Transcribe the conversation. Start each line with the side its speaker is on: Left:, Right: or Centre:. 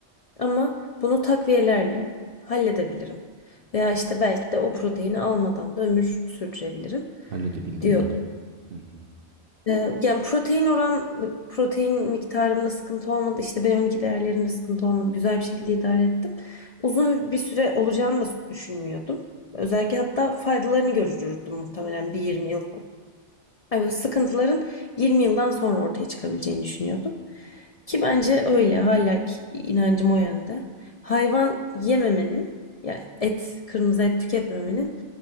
Left: ama bunu takviyelerle halledebilirim. Veya işte belki de o proteini almadan da ömür sürdürebilirim
Right: Halledebildin
Left: diyordum.
Right: mi? Hı hı.
Left: Ee, Yani protein oran, protein miktarımda sıkıntı olmadı. İşte B12 değerlerimde sıkıntı olmadı. Güzel bir şekilde idare ettim. Uzun bir süre olacağını da düşünmüyordum. Özellikle hatta faydalarını görürdüm muhtemelen bir yirmi yıl Evet, sıkıntıların 20 yıldan sonra ortaya çıkabileceğini düşünüyordum. Ki bence öyle. Hala ki inancım o yönde. Hayvan yememenin, ya et, kırmızı et tüketmemenin